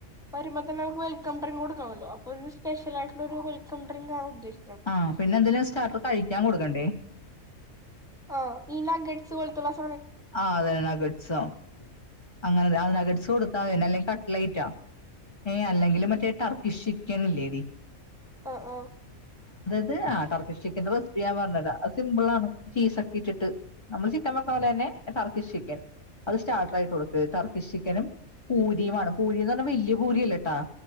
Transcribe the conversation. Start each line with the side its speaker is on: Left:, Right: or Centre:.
Centre: വരുമ്പത്തന്നെ നമുക്ക് വെൽക്കം ഡ്രിങ്ക് കൊട് <unintelligible> ഒരു സ്പെഷ്യൽ ആയിട്ടൊരു <unintelligible> സെൻടറിന്റെ ആ ഉദ്ദേശ-
Left: ആ പിന്നെന്തെലും സ്റ്റാർട്ടർ കഴിക്കാൻ കൊടു കണ്ടെ
Centre: ആ ഈ നഗട്സ്പോല്ത്തുള്ള സാ
Left: ആ അതെ ണാക്കട്ട് <unintelligible> <unintelligible> അങ്ങനെ ആ നഗട്സ് കൊടുത്താന്നെ അല്ലെങ്കിൽ കട്ലേറ്റോ ഏ അല്ലെങ്കില് മറ്റേ ടർക്കിഷ് ചിക്കൻ ഇല്ലേടി
Centre: ആ ആ
Left: <unintelligible> ആ ടർക്കിഷ് ചിക്കന്റെ റെസിപ്പി ഞാൻ പറഞ്ഞരാംഅത് സിംമ്പിൾ ആണ് ചീസ് ഒക്കെ ഇട്ടിട്ട് നമ്മൾ ചിക്കൻ വെക്കണ പോലെ തന്നെ ടർക്കിഷ് ചിക്കൻ അത് സ്റ്റാർട്ടർ ആയിട്ട് കൊടുക്ക് ടർക്കിഷ് ചിക്കനും പൂരിയുമാണ് പൂരിന്ന് പറഞ്ഞാൽ വല്യ പൂ ഭൂരിയല്ലട്ടാ